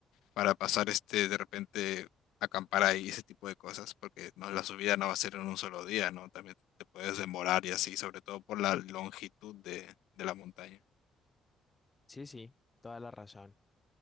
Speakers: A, on the left; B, on the left.
A: para pasar este, de repente, acampar ahí, ese tipo de cosas, porque no, la subida no va a ser en un solo día, ¿no? También te puedes demorar y así, sobre todo por la longitud de, de la montaña.
B: Sí, sí, toda la razón.